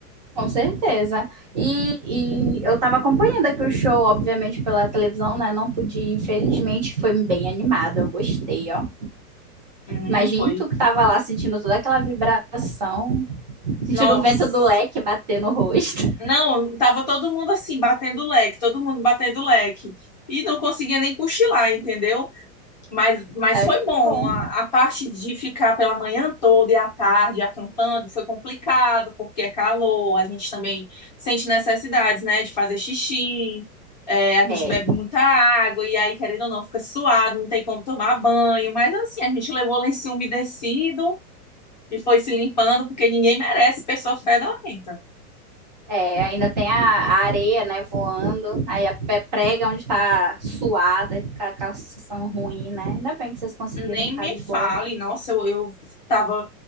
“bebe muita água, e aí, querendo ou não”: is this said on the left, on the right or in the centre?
Left